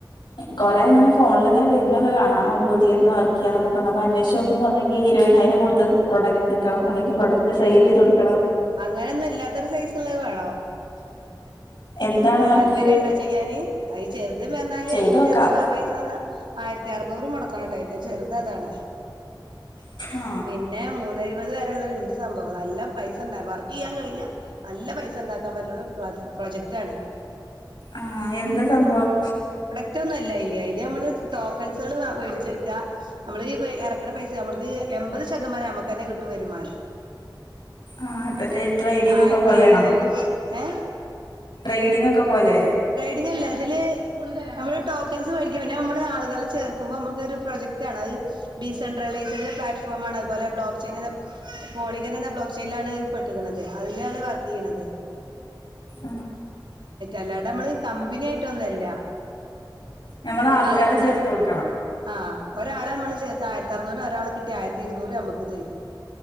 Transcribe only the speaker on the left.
കൊറേങ്ങനെ ഫോൺല്ങ്ങനെ വെര്ണൊക്കെ കാണാ വീട്ട്ൽര്ന്ന് വർക്കെയ്യാന്നൊക്കെ പറ്ഞ്ഞ് അപ്പന്നേഷ്ച്ചോക്കുമ്പം ഒന്നെ ങ്കി ഇര്വെയ്നായ്രം കൊട്ത് പ്രാെഡക് ത്ക്കണം അല്ലെങ്കി പ്രാെഡക്ട് സെയിലെയ്താെട്ക്കണം
എന്താണ് അവർക്ക്
ചെയ്ത്
നോക്കാം
ആ
ആഹ് എന്താ സംഭവം
ആഹ് ത് മറ്റേ ട്രേയ്ഡിങ്ങാെക്കെ
പോലേണോ?
ട്രേയ്ഡിങ്ങൊക്കെ പോലെ
ആഹ്
നമ്മൾ
ആൾക്കാരെ
ചേർത്ത് കൊടുക്കണം